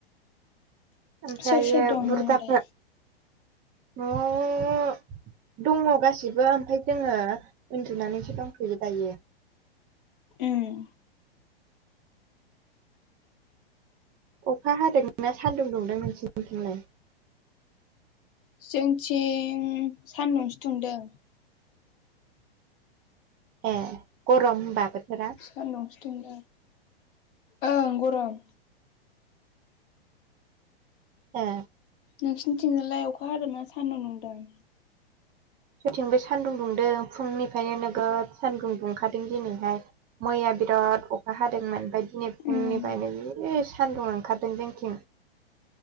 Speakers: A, on the right; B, on the left.
A: ओमफ्रायो
B: सोर सोर दं
A: बुरजाफोर
B: नयावलाय।
A: न'आव दङ गासिबो ओमफ्राय। जोङो उन्दुनानैसो दंफैयो दायो।
B: उम।
A: अखा हादोंना सानदुं दुंदों नोंसोरनिथिलाय।
B: जोंथिं सानदुंसो दुंदों।
A: ए गरम होनबा बोथोरा
B: सान'दुं। ओं गरम।
A: ए।
B: नोंसिनिथिंनालाय अखा हादोंना सानदुं दुंदों।
A: जेथिंबो सानदुं दुंदों फुंनिफ्रायनो नोगोद सानदुं दुंखादों दिनैहाय मैया। बिराद अखा हादोंमोन ओमफ्राय दिनै फुंनिफ्रायनो
B: उम
A: बि सान्दुं ओंखारदों जोंथिं। <inaudible>